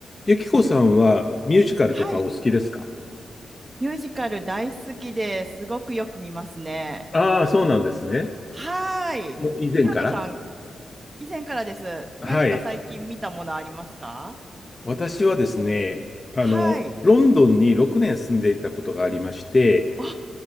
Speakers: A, on the left; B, on the right.
A: ゆきこさんはミュージカルとかお好きですか
B: はい。ミュージカル大好きですごくよく見ますね。
A: ああー、そうなんですね。
B: はーい。
A: もう以前から
B: ひろとさん、以前からです。
A: はい。
B: 何か最近見たものありますか
A: 私はですね、あの、
B: はい。
A: ロンドンに6年住んでいたことがありまして、
B: あ、